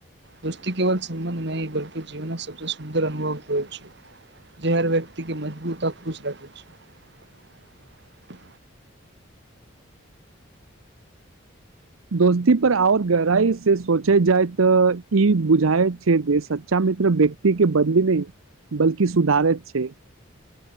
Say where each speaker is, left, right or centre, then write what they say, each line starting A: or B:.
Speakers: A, on the right; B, on the right.
A: दोस्ती केवल सम्बन्ध नहि बल्कि जीवनक सबसँ सुन्दर अनुभव होए छैय जे हर व्यक्ति के मजबूत आ खुश रखै छैय।
B: दोस्ती पर और गहराई से सोचल जाय तऽ ई बुझाइत छै जे सच्चा मित्र व्यक्ति के बंदी नहि बल्कि सुधारैत छैय।